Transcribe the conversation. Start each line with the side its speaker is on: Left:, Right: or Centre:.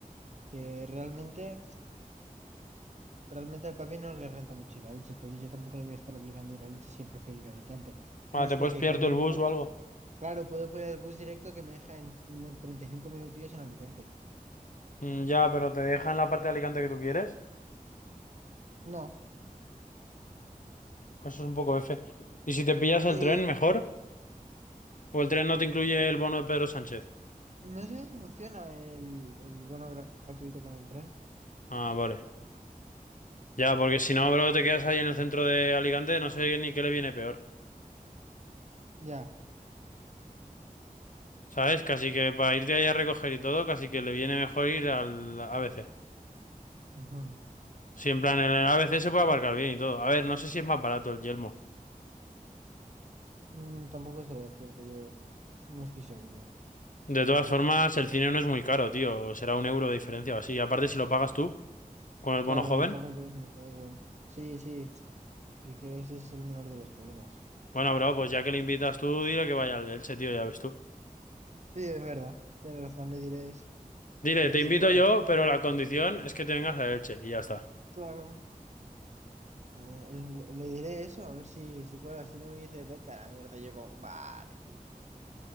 Right: que realmente, realmente al papi no le renta mucho ir a Elche, entonces yo tampoco le voy a estar obligando a ir a Elche si él prefiere ir a Alicante. Más
Left: Ah, te
Right: de
Left: puedes
Right: que
Left: pillar
Right: con
Left: tú
Right: un
Left: el bus
Right: bus...
Left: o algo.
Right: Claro, puedo poner el bus directo que me deja en en 35 minutillos en Alicante.
Left: Mm, ya, pero ¿te dejan la parte de Alicante que tú quieres?
Right: No,
Left: Pues Eso es un poco F. ¿Y si te pillas el
Right: sí,
Left: tren, mejor? ¿O el tren no te incluye el bono de Pedro Sánchez?
Right: no sé si funciona el, el bono gratuito con el tren.
Left: Ah, vale. Ya, porque si no, bro, te quedas ahí en el centro de Alicante, no sé ni qué le viene peor.
Right: Ya.
Left: ¿Sabes? Casi que para irte ahí a recoger y todo, casi que le viene mejor ir al A B C.
Right: Ujú.
Left: Si en plan, en el A B C se puede aparcar bien y todo. A ver, no sé si es más barato el Yelmo.
Right: Mm, tampoco sería cierto, yo no estoy seguro.
Left: De todas formas, el cine no es muy caro, tío. Será un euro de diferencia o así. Y aparte, si lo pagas tú, con el
Right: Claro,
Left: bono joven.
Right: lo pago yo, sí, me da igual. Sí, sí, y que ese es el menor de los problemas.
Left: Bueno, bro, pues ya que le invitas tú, dile que vaya al de Elche, tío, ya ves tú.
Right: Sí, es verdad, tiene razón, le diré eso.
Left: Dile,
Right: A ver
Left: te invito
Right: si cuela.
Left: yo, pero la condición es que te vengas a Elche. Y ya está.
Right: Claro, a ver, le le diré eso, a ver si, si cuela. Si no me dice, vete a la mierda, yo como, vale, tío.